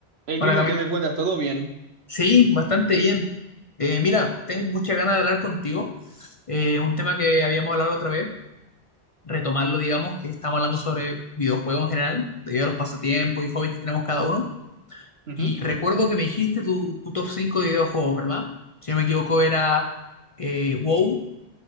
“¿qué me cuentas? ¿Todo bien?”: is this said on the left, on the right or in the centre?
Right